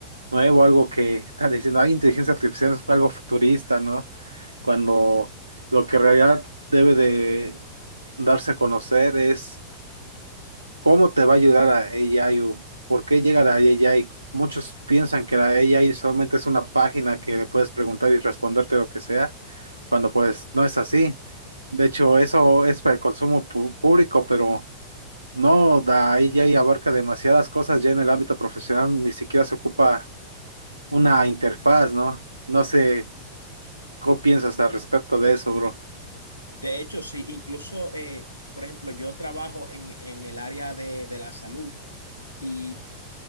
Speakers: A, on the right (about 85°); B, on the left (about 85°).
A: nuevo, algo que están diciendo, ay, inteligencia artificial es algo futurista, ¿no? Cuando lo que en realidad debe de darse a conocer es ¿Cómo te va a ayudar a AI o por qué llegar a AI? Muchos piensan que la AI solamente es una página que le puedes preguntar y responderte lo que sea, cuando pues no es así. De hecho, eso es para el consumo pu- público, pero no, la AI abarca demasiadas cosas ya en el ámbito profesional, ni siquiera se ocupa una interfaz, ¿no? No sé, ¿qué piensas al respecto de eso, bro?
B: De hecho, sí, incluso, eh, por ejemplo, yo trabajo en, en el área de, de la salud y